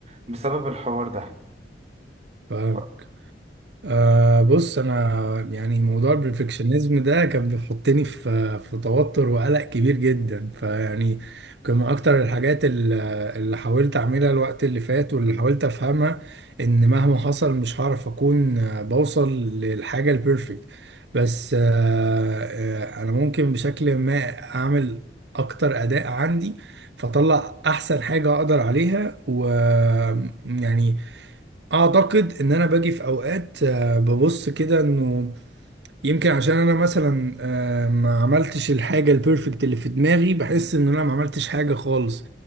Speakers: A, on the right; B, on the right.
A: بسبب الحوار ده
B: مم.
A: ف-
B: أه بص انا يعني موضوع البرفكشنزم ده كان بيحطني في في توتر وقلق كبير جدا فيعني كان من اكتر الحاجات ال- اللي حاولت اعملها الوقت اللي فات واللي حاولت افهمها ان مهما حصل مش هعرف اكون آه، بوصل للحاجة البرفكت بس أه آه، انا ممكن بشكل ما اعمل اكتر اداء عندي فاطلع احسن حاجة اقدر عليها ويعني اعتقد ان انا باجي في اوقات آه، ببص كده انه يمكن عشان انا مثلا آه، ما عملتش الحاجه البيرفكت اللي في دماغي بحس ان انا ما عملتش حاجه خالص